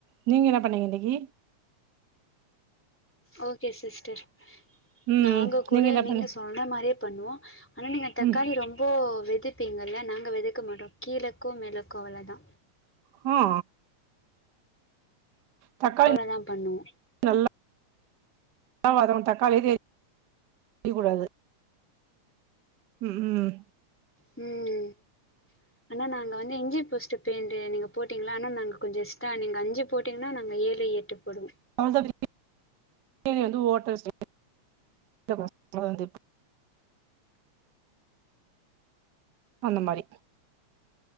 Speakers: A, on the right (about 75°); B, in the centre.
A: நீங்க என்ன பண்ணீங்க இன்னிக்கி
B: ஓகே சிஸ்டர்
A: ம்
B: நாங்க கூட
A: என்ன
B: நீங்க
A: பண்ணி
B: சொன்ன மாரியே பண்ணுவோ ஆனா நீங்க தக்காளி
A: ம்
B: ரொம்போ வெதுகிங்கல்ல நாங்க வெதுக்க மாட்டோ கீழக்கோ மேலக்கோ அவளதா
A: ஹா தக்காளி
B: அவளதா பண்ணுவோ
A: நல்லா நல்லா வதங்னோ தக்காளி இத செய்யக்கூடாது ம் ம்
B: ம் ஆனா நாங்க வந்து இஞ்சி போஸ்ட்டு பேண்டு நீங்க போட்டீங்களா ஆனா நாங்க கொஞ்சோ இஷ்ட நீங்க அஞ்சு போட்டிங்கன்னா நாங் ஏழு எட்டு போடுவோ
A: <unintelligible> வந்து ஓட்டல் ஸ்டே <unintelligible> ஒம்பதாந்தேதி அந்த மாரி